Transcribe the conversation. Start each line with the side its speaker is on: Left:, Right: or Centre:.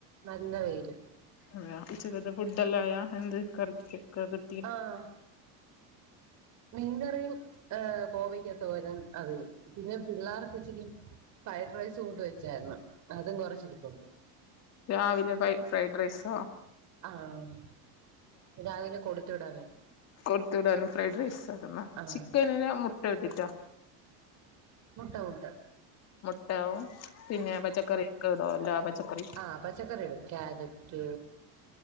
Right: നല്ല വെയിലും
Left: അതെയോ ഉച്ചക്കത്തെ ഫുഡ് എല്ലാ ആയോ എന്ത് കറിയ്ക്കൊക്കെ കിട്
Right: ആഹ് മീൻ കറിയും. ഏ കോവയ്ക്കാ തോരൻ അത് പിന്നെ പിള്ളേർക്ക് ഇച്ചരി ഫ്രൈഡ് റൈസുണ്ട് വെച്ചായിരുന്നു അതും കുറച്ച് ഇരിപ്പുണ്ട്
Left: രാവിലെ ഫൈ ഫ്രൈഡ് റൈസോ
Right: ആഹ്‌ രാവിലെ കൊടുത്ത വിട
Left: കൊടുത്തു വിടാനും ഫ്രൈഡ് റൈസ് ആയിരുന്നാ
Right: ആഹ്
Left: ചിക്കനിൽ മുട്ട ഇട്ടിട്ടാ
Right: മുട്ട മുട്ട
Left: മുട്ടവും പിന്നെ പച്ചക്കറി ഒക്കെ ഇടൊ എല്ലാ പച്ചക്കറി
Right: ആഹ് പച്ചക്കറിയിടും ക്യാര റ്റ്